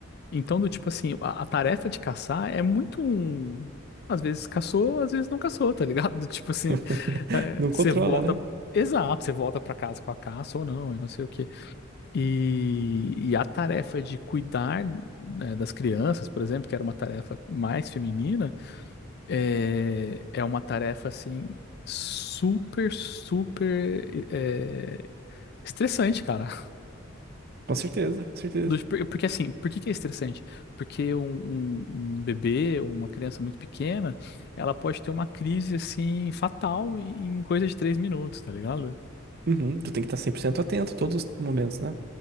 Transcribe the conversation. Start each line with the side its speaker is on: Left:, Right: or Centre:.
Left: Então, do tipo assim, a, a tarefa de caçar é muito um. Às vezes caçou, às vezes não caçou, tá ligado? <laughs> Do tipo
Right: <laughs>
Left: assim, é,
Right: Não controla,
Left: você volta.
Right: né?
Left: Exato, você volta pra casa com a caça ou não, e não sei o quê. E, e a tarefa de cuidar, né, das crianças, por exemplo, que era uma tarefa mais feminina, é, é uma tarefa assim, super, super, é, estressante, cara.
Right: Com certeza, com certeza.
Left: Dos- por- Porque assim, por que que é estressante? Porque um, um, um bebê ou uma criança muito pequena, ela pode ter uma crise assim fatal em coisa de três minutos, tá ligado?
Right: Uhum, tu tem que estar 100% atento todos os momentos, né?